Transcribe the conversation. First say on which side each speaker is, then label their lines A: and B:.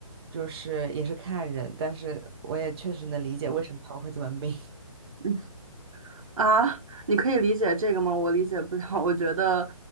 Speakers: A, on the right (about 45°); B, on the right (about 70°).
A: 就是也是看人，但是我也确实能理解为什么他们会这么命。
B: 嗯。啊，你可以理解这个吗？我理解不了。<laughs> 我觉得，